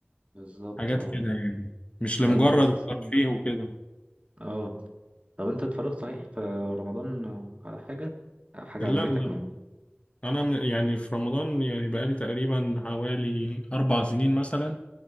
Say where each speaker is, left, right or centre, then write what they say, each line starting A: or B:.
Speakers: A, on the right; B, on the left.
A: بالظبط
B: حاجات
A: اه
B: كده يعني مش لمجرد
A: طب انت اساسا
B: الترفيه وكده
A: اه طب انت اتفرجت صحيح في رمضان على حاجة حاجة
B: لا
A: عجبتك
B: لا
A: من
B: انا من- يعني في رمضان يعني بقالي تقريبا حوالي اربع سنين مثلا